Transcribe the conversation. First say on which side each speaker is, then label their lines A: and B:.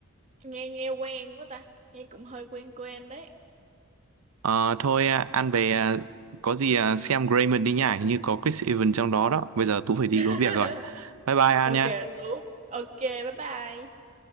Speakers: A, on the right; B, on the right.
A: nghe nghe quen quá ta nghe cũng hơi quen quen đấy
B: Ờ, thôi à, ăn về à, có gì à, xem Gray Man đi nhá hình như có Chris Evans trong đó đó bây giờ Tú phải đi
A: <laughs>
B: có việc rồi bye bye An
A: ok
B: nhá
A: đúng ok bye bye